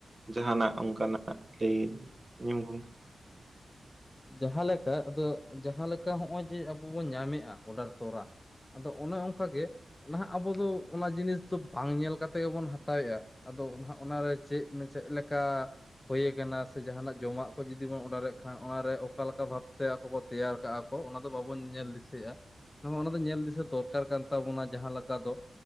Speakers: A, on the right; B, on the left.
A: ᱡᱟᱦᱟᱸᱱᱟᱜ ᱚᱱᱠᱟᱱᱟᱜ ᱞᱟᱹᱭ ᱟᱹᱧᱟᱢ ᱜᱚᱢᱠᱮ ᱾
B: ᱡᱟᱦᱟᱸᱞᱮᱠᱟ ᱟᱫᱚ ᱡᱟᱦᱟᱸ ᱞᱮᱠᱟ ᱱᱚᱜ-ᱚᱭ ᱡᱮ ᱟᱵᱚ ᱵᱚᱱ ᱧᱟᱢᱮᱜ-ᱟ ᱚᱰᱟᱨ ᱛᱚᱨᱟ, ᱟᱫᱚ ᱚᱱᱮ ᱚᱱᱠᱟ ᱜᱮ ᱱᱟᱦᱟᱜ ᱟᱵᱚ ᱫᱚ ᱚᱱᱟ ᱡᱤᱱᱤᱥ ᱫᱚ ᱵᱟᱝ ᱧᱮᱞ ᱠᱟᱛᱮ ᱜᱮᱵᱚᱱ ᱦᱟᱛᱟᱣᱮᱜ-ᱟ ᱾ ᱟᱫᱚ <inaudible> ᱚᱱᱟᱨᱮ ᱪᱮᱫ ᱪᱮᱫ ᱞᱮᱠᱟ ᱦᱩᱭ ᱟᱠᱟᱱᱟ ᱥᱮ ᱡᱟᱦᱟᱸᱱᱟᱜ ᱡᱚᱢᱟᱜ ᱠᱚ ᱡᱩᱫᱤ ᱵᱚᱱ ᱚᱰᱟᱨᱮᱫ ᱠᱷᱟᱱ ᱚᱱᱟᱨᱮ ᱚᱠᱟ ᱞᱮᱠᱟ ᱵᱷᱟᱵᱚᱛ ᱛᱮ ᱟᱠᱚ ᱠᱚ ᱛᱮᱭᱟᱨ ᱟᱠᱟᱜ-ᱟ ᱠᱚ ᱚᱱᱟ ᱫᱚ ᱵᱟᱵᱚᱱ ᱧᱮᱞ ᱫᱤᱥᱟᱹᱭᱮᱜ-ᱟ ᱾ ᱚᱱᱟ ᱫᱚ ᱧᱮᱞ ᱫᱤᱥᱟᱹ ᱫᱚᱨᱠᱟᱨ ᱠᱟᱱ ᱛᱟᱵᱚᱱᱟ ᱡᱟᱦᱟᱸ ᱞᱮᱠᱟ ᱫᱚ